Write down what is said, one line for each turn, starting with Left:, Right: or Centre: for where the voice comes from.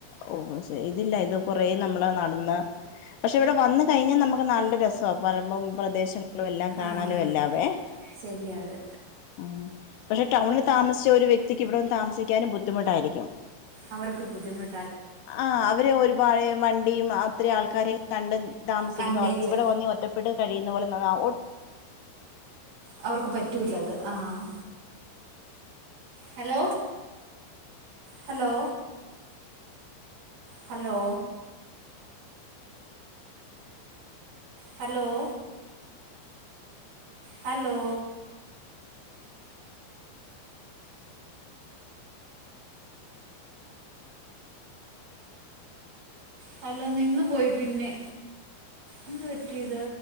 Left: ഓ <unintelligible> ഇതില്ല ഇത് കൊറെ നമ്മള് നടന്ന പക്ഷെ ഇവിടെ വന്ന് കഴിഞ്ഞാൽ നമുക്ക് നല്ല രസമാണ് വരമ്പും പ്രദേശ എല്ലാം കാണാലും
Right: ആഹ്
Left: എല്ലാവേ
Right: ശരിയാത്
Left: ആ പക്ഷെ ടൗണിൽ താമസിച്ച ഒരു വ്യക്തിക്ക് ഇവിടെ വന്ന് താമസിക്കാനും ബുദ്ധിമുട്ടായിരിക്കും
Right: അവർക്ക് ബുദ്ധിമുട
Left: ആ അവര് ഒരുപഴയ വണ്ടീ അത്ര ആൾക്കാരെ കണ്ട് താമസിക്കുന്നവർക്ക്
Right: കണ്ടേച്ച്
Left: ഇവിടെ വന്ന് ഒറ്റപ്പെട്ട് കഴിയുന്ന <unintelligible>
Right: അവർക്ക് പറ്റൂല്ല അത് ആഹ് ഹലോ ഹലോ ഹലോ ഹലോ ഓ ഹലോ ഹലോ നിന്ന് പോയി പിന്നെ എന്ത് പറ്റിയത്